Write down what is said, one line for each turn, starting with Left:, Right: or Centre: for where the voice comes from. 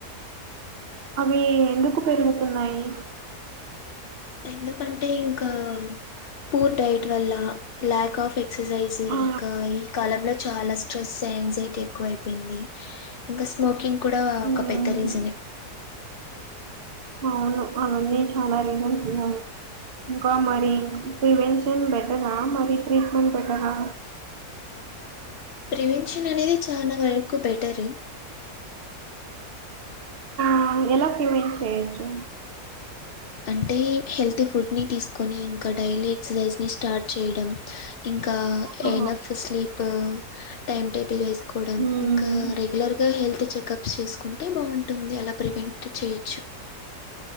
Right: అవి ఎందుకు పెరుగుతున్నాయి
Left: ఎందుకంటే ఇంకా పూర్ డైట్ వల్ల ల్యాక్ ఆఫ్ ఎక్సర్సైజ్
Right: ఆ
Left: ఇంకా ఈ కాలంలో చాలా స్ స్ట్రెస్ యాంగ్జైటీ ఎక్కువయిపోయింది ఇంక స్మోకింగ్ కూడా
Right: హ్మ్
Left: ఒక పెద్ద రీజనే
Right: అవును అవన్నీ చాలా రీజన్ ఉన్నా ఇంకా మరి ప్రివెన్షన్ బెటరా మరి ట్రీట్మెంట్ బెటరా
Left: ప్రివెన్షన్ అనేది చానా వరకు బెటరు
Right: ఆ ఎలా క్యూర్ చేయొచ్చు
Left: అంటే హెల్తీ ఫుడ్ ని తీసుకొని ఇంక డైలీ ఎక్సర్సైజ్ ని స్టార్ట్ చేయడం ఇంకా
Right: ఆ
Left: ఎన్ఫ్ స్లీపు టైమ్ టేబుల్ వేస్ కొడం
Right: మ్మ్
Left: ఇంకా రెగ్యులర్గా హెల్త్ చెకప్ చేసుకుంటే బాగుంటుంది అలా ప్రివెంట్ చేయొచ్చు